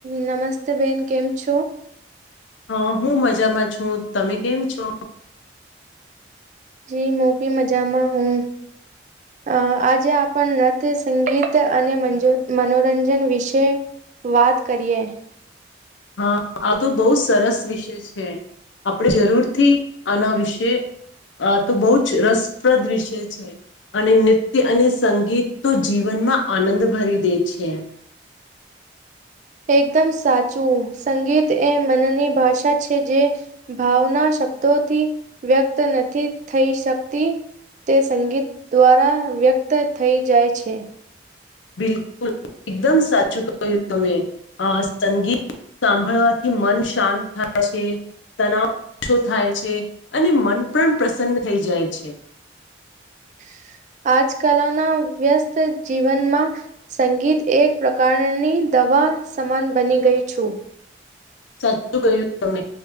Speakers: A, on the right (about 40°); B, on the left (about 75°).
A: નમસ્તે બેન કેમ છો?
B: હા હું મજામાં છું તમે કેમ છો?
A: જે મૂબી માં મજમાં હું. અ આજે આપણ નત સંગીત અને મજ મનોરંજન વિશે. વાત કરીએ.
B: હા આ તો બહુ સરસ વિષય છે. આપણે જરૂરથી આના વિશે આ તો બહુ જ રસપ્રદ વિષય છે. અને નૃત્ય અને સંગીત તો જીવનમાં આનંદ ભરી દે છે.
A: એકદમ સાચું સંગીત એ મનની ભાષા છે. જે ભાવના શબ્દોથી વ્યક્ત નથી થઈ શકતી તે સંગીત દ્વારા વ્યક્ત થઈ જાય છે.
B: બિલકુલ એકદમ સાચું કહ્યું તમે આ સંગીત સાંભળવાથી મન શાંત થાય છે. તનાવ ઓછો થાય છે અને મન પણ પ્રસન્ન થઈ જાય છે.
A: <inaudible> આજ કલના વ્યસ્ત જીવનમાં સંગીત એક પ્રકારની દવા સમાન બની ગઈ છું.
B: સાચું કહ્યું તમે.